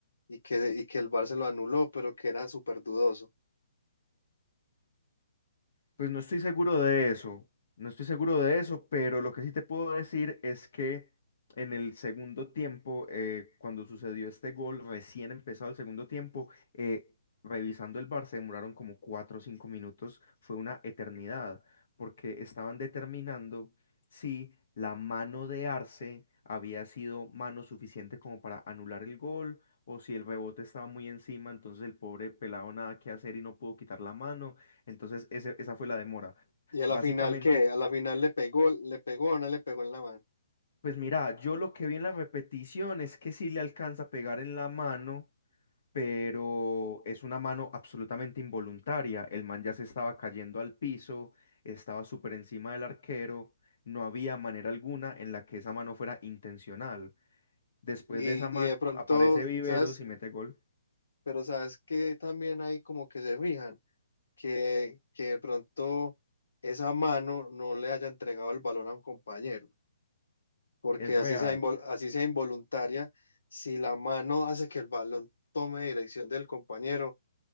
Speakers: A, on the left; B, on the left.
A: y que, y que el Barça lo anuló, pero que era súper dudoso.
B: Pues no estoy seguro de eso, no estoy seguro de eso, pero lo que sí te puedo decir es que en el segundo tiempo, eh, cuando sucedió este gol, recién empezado el segundo tiempo, eh, revisando el bar se demoraron como 4 o 5 minutos, fue una eternidad, porque estaban determinando si la mano de Arce había sido mano suficiente como para anular el gol, o si el rebote estaba muy encima, entonces el pobre pelado nada que hacer y no pudo quitar la mano. Entonces, ese- esa fue la demora.
A: Y a la
B: Básicamente,
A: final, ¿qué? A la final le pegó, le pegó o no le pegó en la mano.
B: pues mira, yo lo que vi en la repetición es que sí le alcanza a pegar en la mano, pero es una mano absolutamente involuntaria. El man ya se estaba cayendo al piso, estaba súper encima del arquero, no había manera alguna en la que esa mano fuera intencional. Después
A: Y,
B: de esa mano
A: y de pronto,
B: aparece Viveros
A: ¿sabes?
B: y mete gol.
A: Pero sabes que también ahí como que se fijan. que, que de pronto esa mano no le haya entregado el balón a un compañero, porque
B: Es
A: así
B: real.
A: sea, invol- así sea involuntaria, si la mano hace que el balón tome dirección del compañero,